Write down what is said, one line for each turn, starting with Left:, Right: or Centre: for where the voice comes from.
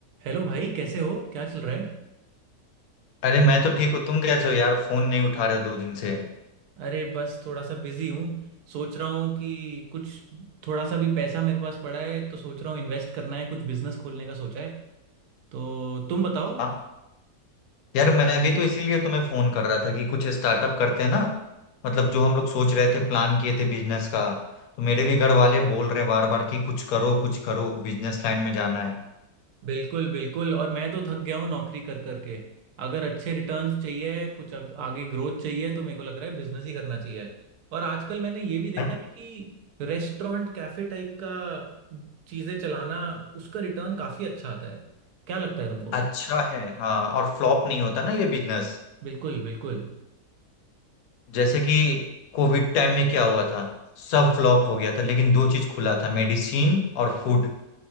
Right: हेलो भाई कैसे हो क्या चल रहा है
Left: अरे मैं तो ठीक हूँ तुम कैसे हो यार फोन नहीं उठा रहे हो दो दिन से
Right: अरे बस थोड़ा सा बिजी हूँ सोच रहा हूँ कि कुछ थोड़ा सा भी पैसा मेरे पास पड़ा है तो सोच रहा हूँ इन्वेस्ट करना है कुछ बिजनेस खोलने का सोचा है तो तुम बताओ
Left: हाँ यार मैं भी तो इसीलिए तुम्हें फोन कर रहा था कि कुछ स्टार्टअप करते हैं ना मतलब जो हम लोग सोच रहे थे प्लान किए थे बिजनेस का तो मेरे भी घर वाले बोल रहे बार बार कि कुछ करो कुछ करो बिजनेस लाइन में जाना है
Right: बिल्कुल बिल्कुल और मैं तो थक गया हूँ नौकरी कर करके अगर अच्छे रिटर्न्स चाहिए कुछ अग- आगे ग्रोथ चाहिए तो मेरे को लग रहा है बिजनेस ही करना चाहिए और आजकल मैंने ये भी देखा
Left: भाई,
Right: है कि रेस्टोरेंट कैफे टाइप का चीज़ें चलाना उसका रिटर्न काफ़ी अच्छा आता है क्या लगता है तुमको
Left: अच्छा है हाँ और फ्लॉप नहीं होता ना ये बिजनेस
Right: बिल्कुल बिल्कुल
Left: जैसे कि कोविड टाइम में क्या हुआ था सब फ्लॉप हो गया था लेकिन दो चीज खुला था मेडिसिन और फूड